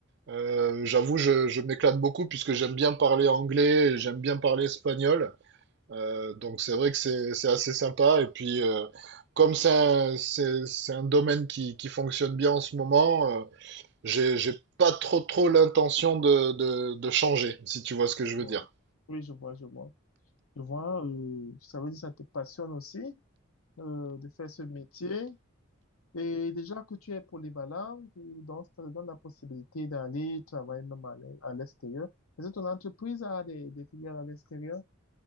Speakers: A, on the right; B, on the left.
A: Euh, j'avoue, je, je m'éclate beaucoup puisque j'aime bien parler anglais, et j'aime bien parler espagnol. Euh, donc c'est vrai que c'est c'est assez sympa. Et puis euh, comme c'est un, c'est- c'est un domaine qui, qui fonctionne bien en ce moment, euh, j'ai j'ai pas trop trop l'intention de, de, de changer, si tu vois ce que je veux
B: Bon,
A: dire.
B: oui, je vois, je vois. Je vois, euh, ça veut dire que ça te passionne aussi euh, de faire ce métier. Et déjà que tu es polyvalent, que- donc ça te donne la possibilité d'aller travailler même à l'e- à l'extérieur. Est-ce que ton entreprise a des, des filiales à l'extérieur?